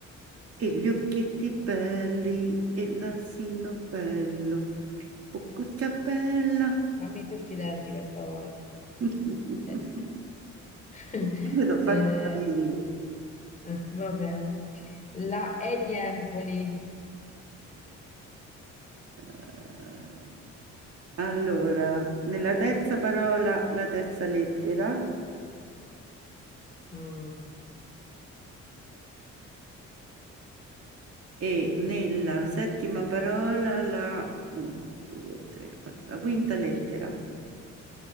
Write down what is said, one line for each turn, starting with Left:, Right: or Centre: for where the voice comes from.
Right: e gli occhietti belli, e il nasino bello, boccuccia bella.
Left: Fammi tutti i denti, per favore.
Right: <laughs>
Left: Eh, <laughs>
Right: Io ti ho fatto
Left: eh,
Right: i capelli.
Left: Eh, va bene. La E di Empoli.
Right: Eh, Allora, nella terza parola la terza lettera
Left: Mm.
Right: e nella settima parola la 1, 2, 3, 4, la quinta lettera.